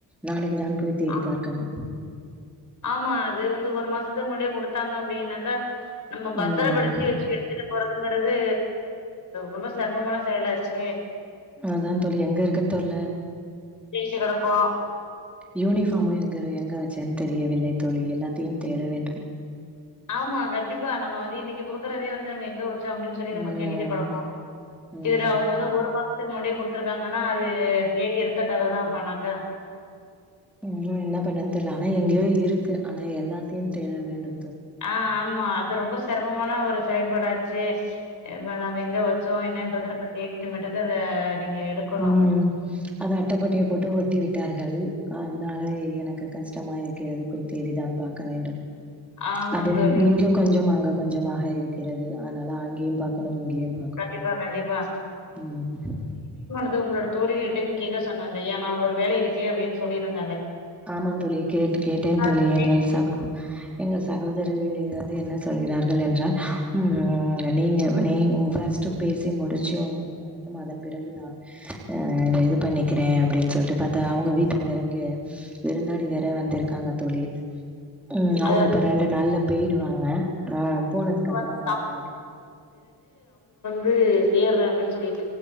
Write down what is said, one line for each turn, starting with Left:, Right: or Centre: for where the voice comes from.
Centre: நாளைக்கு தான் போய் தேடி
Left: ஆ
Centre: பார்க்கனு
Left: ஆமா அது வந்து ஒரு மாசத்துக்கு முன்னாடியே குடுத்தாங்க அப்டின்னாக்க நம்ப பத்திரப்படுத்தி
Centre: ம்
Left: வச்சு எடுத்துட்டு போற அதுங்கிறது ரொம்ப சிரமமான செயலாச்சு
Centre: அதுதா தோழி எங்க இருக்குன்னு தொர்ல
Left: தேடிட்டு கெடப்போ
Centre: யூனிபார்மு எங்க இரு எங்க வச்ச தெரியவில்லை தோழி எல்லாத்தயு தேட வேண்டு
Left: ஆமா கண்டிப்பா நம்ம வந்து இன்னிக்கு குடுக்குறதே வந்து நம்ம எங்க வரு அப்டின்னு சொல்லி நம்ம
Centre: ம்
Left: தேடிட்டு கடப்போ
Centre: ம்.
Left: இதுல அவுங்க வந்து ஒரு மாத முன்னாடியே குடுத்துருக்காங்கனா அது தேடி எடுத்த ‌கத தா அப்பணாக்க
Centre: இன்னு என்ன பண்னு தெர்ல ஆனா எங்யோ இருக்கு ஆனா எல்லாத்தயு தேட வேண்டு
Left: அ ஆம் அது ரொம்போ செரமமான ஒரு செயல்படாச்சே இம்ம நம்ம எங்க வச்சோ என்னன்றது நம்ம தேடி நம்மட்டேந்து அத நீங்க எடுக்கணு
Centre: ம் அத அட்டப்பொட்டிய போட்டு ஒட்டி விட்டார்கள் அதுனால எனக்கு கஷ்டமா இருக்கிறது போய் தேடி தான் பாக்க வேண்டு
Left: ஆமாங்
Centre: அதும்
Left: தோழி
Centre: இங்க கொஞ்ச அங்க கொஞ்சமாக இருக்கிறது அதனால அங்கயு பாக்கணும் இங்கேயும் பாக்கனும்
Left: கண்டிப்பா கண்டிப்பா
Centre: ம்
Left: து உங்களோட தோழிகள்டையு கேக்க சொன்ன இல்லையா ஒரு வேலை இருக்கே அப்டின்னு சொல்லிருந்து
Centre: ஆமாம் தோழி கேட்டு கேட்டே
Left: அது
Centre: தோழி
Left: கேக்குது.
Centre: எங்கள் சாகோ எங்க சகோதரர் வந்து என்ன சொல்கிறார்கள் என்றால் உம் நீங்க நீ ஃபஸ்ட் பேசி முடிச்சு உங்களுக்கு வரட்டும் அதன் பிறகு நா ஆ இது பண்ணி வக்கிறே அ‍ப்டின்னு சொல்லிட்டு பாத்தா அவுங்க வீட்டுக்கு வேற கெ விருந்தாடி வேற வந்திருக்காங்க தோழி உம் அவுங்க
Left: அதற்கு
Centre: இப்ப ரெண்டு நாள்ல போயிடுவாங்க ஆ போனதுக்கு அப்றோ
Left: வந்து
Centre: இது பண்ணிக்கிறே
Left: து சேர்ற அப்டின்னு சொல்லிட்டு